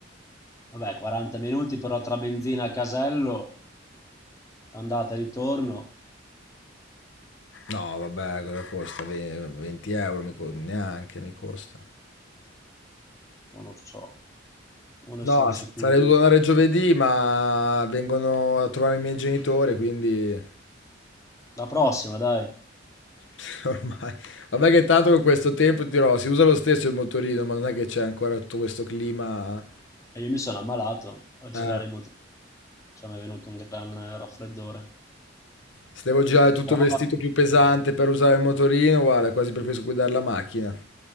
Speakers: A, on the left; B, on the left.
A: Vabbè, 40 minuti però tra benzina e casello, andata e ritorno,
B: No, vabbè, cosa costa? Ve- 20 euro mi co- neanche mi costa.
A: non lo so, non ne
B: No,
A: sono
B: s-
A: sicuro.
B: sarei dovuto andare giovedì, ma vengono a trovare i miei genitori, quindi
A: La prossima, dai.
B: <laughs> ormai. Vabbè che tanto con questo tempo ti dirò, si usa lo stesso il motorino, ma non è che c'è ancora tutto questo clima.
A: E io mi sono ammalato a girare
B: Eh,
A: in motorino, cioè mi è venuto un gran eh, raffreddore.
B: se devo girare tutto
A: Però
B: vestito più pesante per usare il motorino, guarda, quasi preferisco guidare la macchina.